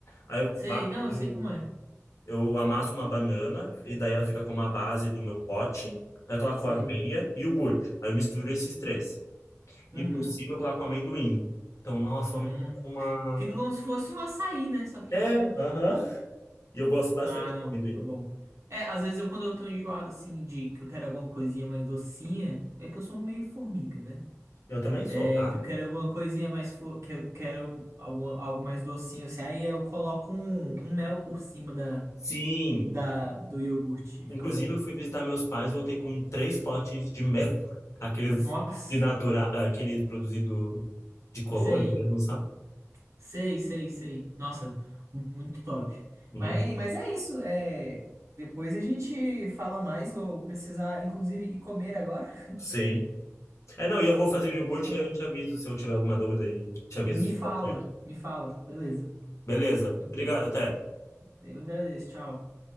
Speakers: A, on the left (about 70°); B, on the right (about 75°).
A: Aí eu
B: Sei,
A: bato,
B: não, eu
A: eu,
B: sei como é.
A: eu amasso uma banana e daí ela fica como a base do meu pote, aí eu coloco
B: Sei.
A: aveia e iogurte. Aí eu misturo esses três.
B: Uhum.
A: E por cima eu coloco amendoim. Então, nossa,
B: Hum.
A: o amendoim é uma.
B: Fica como se fosse um açaí, né? Só que
A: É,
B: de iogurte.
A: aham. E eu gosto bastante
B: Ah, não,
A: de amendoim.
B: tá bom. É, às vezes eu, quando eu tô enjoado, assim, de que eu quero alguma coisinha mais docinha, é que eu sou um meio formiga, né?
A: Eu também sou,
B: É,
A: tá?
B: que eu quero alguma coisinha mais, fo- que eu quero algo, algo mais docinho, assim, aí eu coloco um, um mel por cima da
A: Sim.
B: da, do iogurte.
A: Inclusive,
B: Fica bom.
A: eu fui visitar meus pais, voltei com três potes de mel, <laughs> aqueles
B: Nossa,
A: de natural aqueles produzido de colônia
B: sei,
A: mesmo, sabe?
B: sei, sei, sei. Nossa, muito top.
A: Uhum.
B: Mas, mas é isso. É, depois a gente fala mais. Vou precisar, inclusive, ir comer agora.
A: Sim. É, não, e eu vou
B: Mas
A: fazer
B: eu
A: o iogurte
B: vou te falando.
A: e aí eu te aviso se eu tiver alguma dúvida e te aviso
B: Me
A: se
B: fala,
A: deu certo.
B: me fala. Beleza,
A: Beleza.
B: tranquilo.
A: Obrigado, até.
B: Eu agradeço, tchau.